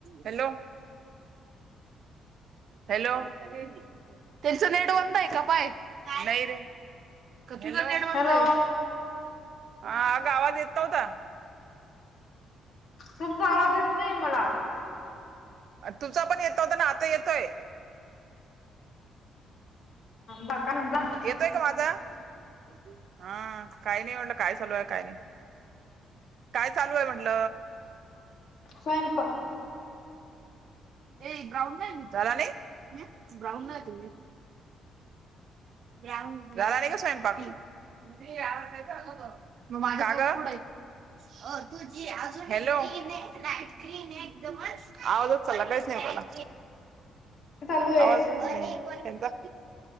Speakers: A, on the right; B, on the left.
A: Hello hello त्यांच net बंद हाय का पाय नाही रे क तिझा नेट बंद
B: हॅलो
A: हाय हा अग आवाज येत नव्हता.
B: तुमचा आवाज येत नाही मला
A: तुझ पण येत नव्हता ना आता येतोय.
B: बा काय म्हणता
A: येतोय का माझा हा काही नाही म्हटलं काय चालू आहे काही नाही काय चालू आहे म्हटल
B: स्वयंपाक
A: ए ग्राउंड नाही मी झाला नाय ग्राउंड नाही त मी झाला नाही का स्वयंपाक? दिदी आवाज येतो ग म माझा फोन कुडय अ तुझी अजून हलोन आहे लाट क्रीन आहे एकदमच आवाजच चालला <unintelligible> बोला
B: चालू आहे
A: आवाजचं येत नाय तेंचा